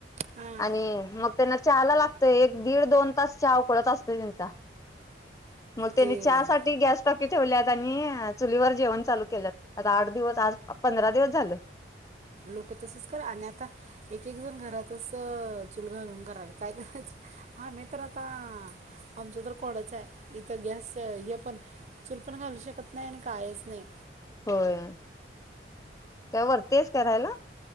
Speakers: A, on the right; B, on the left.
A: हम्म. हां
B: आणि मगं त्यांना चहा लां लागंत- एक दीड दोन तांस चहा उकळंत असतो त्यांचा- मंग त्यांनी
A: ते
B: चहा साठी गॅस टाकी ठेवल्यांत आणि चुलीवरं जेवणं चालूं केलं- आंता आंठ दिवसं झालं आंज पंधरा दिवसं झालेत.
A: लोकं तसंच करां आणि आंता एक एक घरांतचं चुलं घालूंन करल्यांत कायं करायचं. हां मी तरं आंता आमचं तरं कोडंच आहे इथं गॅस हे पणं- चुलं पणं घालूं शकतं नाहीं आणि कांहींच नाहीं.
B: होयं कायं वरती आहेस कां राहायंला.